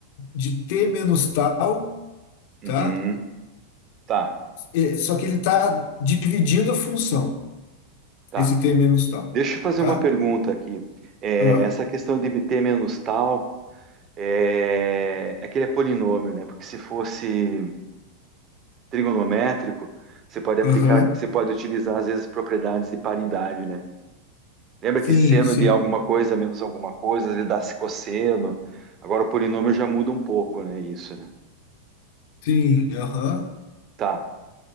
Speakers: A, on the left (about 50°); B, on the right (about 30°).
A: de t menos tal,
B: Uhum.
A: tá?
B: Tá,
A: E- só que ele está dividindo a função,
B: tá.
A: esse t menos tal,
B: Deixa eu fazer
A: tá?
B: uma pergunta aqui. É,
A: Ah,
B: essa questão de ter menos tal é, é que ele é polinômio, né? Porque se fosse trigonométrico, você pode aplicar,
A: Aham,
B: você pode utilizar às vezes propriedades de paridade, né? Lembra
A: Sim,
B: que seno
A: sim,
B: de alguma coisa menos alguma coisa, às vezes dá cosseno. Agora o polinômio já muda um pouco, né? Isso, né?
A: sim, aham,
B: Tá,